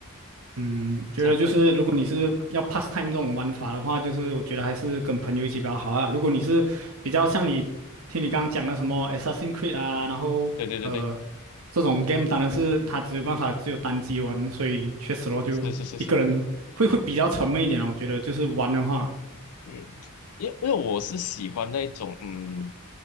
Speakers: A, on the right; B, on the left.
A: 嗯，觉得就是如果你是要
B: 这样
A: pastime 这种玩法的话，就是我觉得还是跟朋友一起比较好啊。如果你是比较像你听你刚刚讲的什么 Assassin's Creed 啊，然后呃
B: 对对对对，
A: 这种 game，当然是它只有办法只有单机玩，所以确实咯，就一个人会会比较沉闷一点啊。
B: 是是是是，
A: 我觉得就是玩的话，
B: 嗯。因因为我是喜欢那种，嗯，